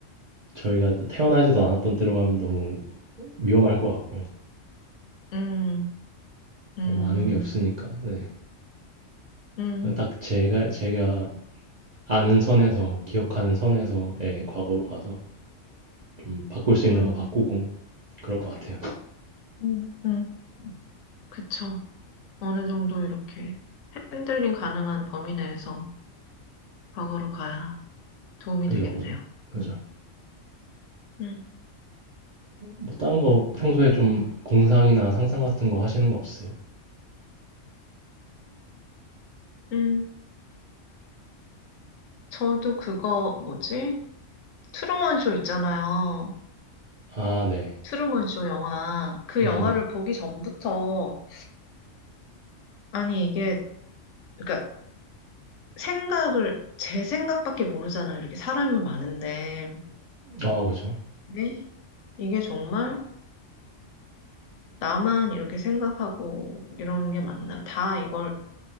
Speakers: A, on the right; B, on the left.
A: 저희가 태어나지도 않았던 때로 가면 너무 위험할 것 같고요.
B: 음. 음,
A: 너무 아는 게 없으니까. 네.
B: 음,
A: 그냥 딱 제가 제가 아는 선에서 기억하는 선에서의 과거로 가서 좀 바꿀 수 있는
B: 음,
A: 거 바꾸고 그럴 것 같아요.
B: 음, 음, 그쵸. 어느 정도 이렇게 핸들링 가능한 범위 내에서 과거로 가야 도움이
A: 그죠,
B: 되겠네요.
A: 그죠, 그죠.
B: 음, 음,
A: 뭐 다른 거 평소에 좀 공상이나 상상 같은 거 하시는 거 없으세요?
B: 음. 저도 그거 뭐지? 트루먼 쇼 있잖아요.
A: 아, 네,
B: 트루먼 쇼 영화. 그
A: 네,
B: 영화를
A: 네.
B: 보기 전부터 아니 이게 그러니까 생각을 제 생각밖에 모르잖아요. 이렇게 사람이 많은데.
A: 어, 그죠.
B: 근데 이게 정말 나만 이렇게 생각하고 이러는 게 맞나? 다 이걸